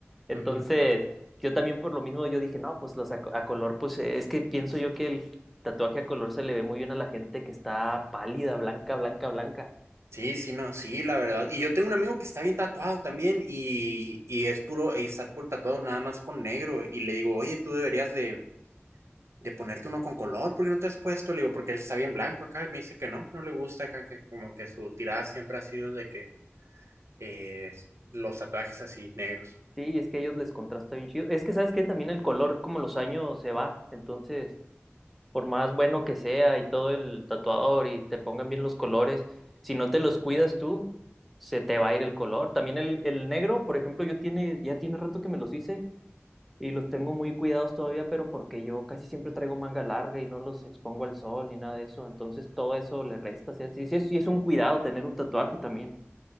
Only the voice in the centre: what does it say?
Entonces,
yo también por lo mismo yo dije, no, pues los a, co- a color, pues eh, es que pienso yo que el tatuaje a color se le ve muy bien a la gente que está pálida, blanca, blanca, blanca.
Sí, es que a ellos les contrasta bien chido. Es que sabes que también el color, como los años se va, entonces por más bueno que sea y todo el tatuador y te pongan bien los colores, si no te los cuidas tú, se te va a ir el color. También el, el negro, por ejemplo, yo tiene, ya tiene rato que me los hice y los tengo muy cuidados todavía, pero porque yo casi siempre traigo manga larga y no los expongo al sol ni nada de eso, entonces todo eso le resta. O sea, sí, sí es, sí es un cuidado tener un tatuaje también.